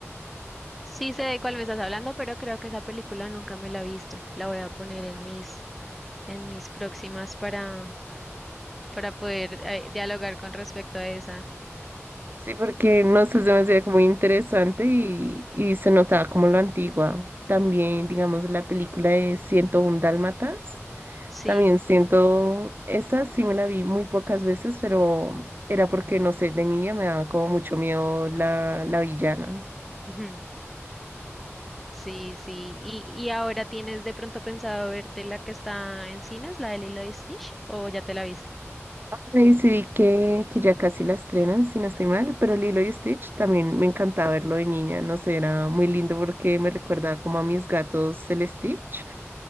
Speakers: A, in the centre; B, on the right (about 45°).
A: Sí sé de cuál me estás hablando, pero creo que esa película nunca me la he visto. La voy a poner en mis, en mis próximas para, para poder eh, dialogar con respecto a esa.
B: Sí, porque no sé, se me hacía como muy interesante y, y se notaba como lo antigua. También, digamos, la película de 101 Dálmatas.
A: Sí.
B: También siento, esa sí me la vi muy pocas veces, pero era porque, no sé, de niña me daba como mucho miedo la, la villana.
A: <laughs> Sí, sí. ¿Y, y ahora tienes de pronto pensado verte la que está en cines, la de Lilo y Stitch, o ya te la viste?
B: y sí, vi que, que ya casi la estrenan, si no estoy mal, pero Lilo y Stitch también me encantaba verlo de niña, no sé, era muy lindo porque me recordaba como a mis gatos el Stitch,